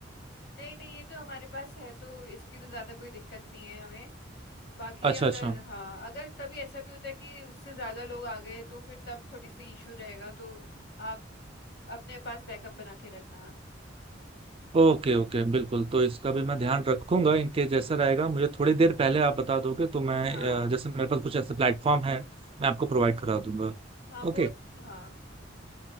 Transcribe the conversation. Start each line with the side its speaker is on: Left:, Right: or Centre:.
Left: नहीं नहीं ये तो हमारे पास है तो इसकी तो ज़्यादा कोई दिक्कत नहीं है हमें बाकी
Right: अच्छा
Left: अगर
Right: अच्छा
Left: हाँ अगर कभी ऐसा भी होता है कि उससे ज़्यादा लोग आ गए तो फिर तब थोड़ी सी इशू रहेगा तो आप अपने पास बैकअप बना के रखना
Right: ओके ओके बिल्कुल तो इसका भी मैं ध्यान रखूंगा इनके जैसा रहेगा मुझे थोड़ी देर पहले आप बता दोगे तो मैं
Left: हाँ
Right: अ, जैसे मेरे पास कुछ ऐसे प्लेटफॉर्म है मैं आपको प्रोवाइड करा दूंगा
Left: हाँ वो
Right: Okay
Left: हाँ